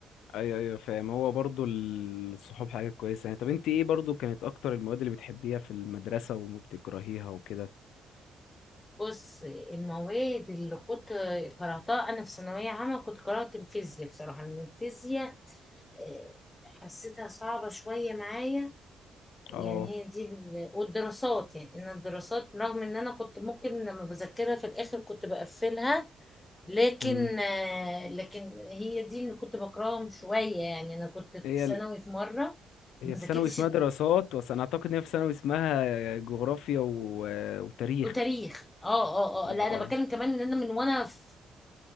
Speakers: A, on the left; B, on the left.
A: ايوه ايوه فاهم هو برضو الصحاب حاجه كويسه يعني طب انت ايه برضو كانت اكتر المواد اللي بتحبيها في المدرسه وما بتكرهيها وكده
B: بص المواد اللي كنت قرأتها انا في ثانوية عامة كنت قرأت الفيزياء بصراحة ان الفيزياء آه، حسيتها صعبة شوية معايا
A: اه
B: يعني هي دي ال... والدراسات يعني ان الدراسات رغم ان انا كنت ممكن لما بذاكرها في الاخر كنت بقفلها لكن
A: امم
B: آه، لكن هي دي اللي كنت بكرههم شويه يعني انا كنت في
A: هي
B: ثانوي
A: ال...
B: في مره
A: هي
B: ما
A: في
B: ذاكرتش
A: ثانوي اسمها
B: الد-
A: دراسات بس انا اعتقد ان هي في ثانوي اسمها جغرافيا و... وتاريخ
B: وتاريخ اه اه
A: اه
B: اه لا انا
A: اه
B: بتكلم كمان ان انا من وانا في